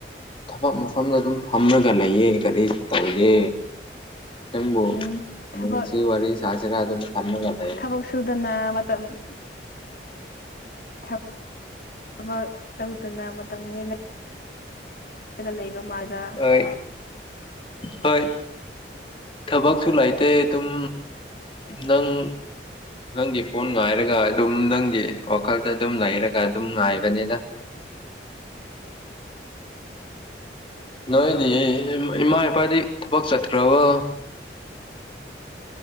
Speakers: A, on the left; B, on the left.
A: ꯊꯕꯛ ꯃꯐꯝꯗ ꯑꯗꯨꯝ ꯐꯝꯃꯒ ꯂꯩꯌꯦ ꯀꯔꯤꯁꯨ ꯇꯧꯗꯦ ꯈꯤꯇꯪꯕꯨ
B: ꯎꯝ ꯊꯕꯛ
A: ꯅꯨꯡꯁꯤ ꯋꯥꯔꯤ ꯁꯥꯁꯤꯔꯥ ꯑꯗꯨꯝ ꯀꯟꯅ ꯀꯗꯥ
B: ꯊꯕꯛ ꯁꯨꯗꯅ ꯃꯇꯝ ꯊꯕꯛ ꯇꯧꯗꯅ ꯃꯇꯝ ꯅꯦꯜꯂ ꯆꯂꯒ ꯂꯩꯕ ꯃꯥꯗ
A: ꯍꯣꯏ ꯍꯣꯏ ꯊꯕꯛꯁꯨ ꯂꯩꯇꯦ ꯑꯗꯨꯝ ꯅꯪ ꯅꯪꯒꯤ ꯐꯣꯟ ꯉꯥꯏꯔꯒ ꯑꯗꯨꯝ ꯅꯪꯒꯤ ꯋꯥꯈꯜꯗ ꯑꯗꯨꯝ ꯂꯩꯔꯒ ꯑꯗꯨꯝ ꯉꯥꯏꯕꯅꯤꯅ
B: <inaudible>
A: ꯅꯣꯏꯗꯤ ꯏꯃꯥ ꯏꯄꯥꯗꯤ ꯊꯕꯛ ꯆꯠꯈ꯭ꯔꯕꯣ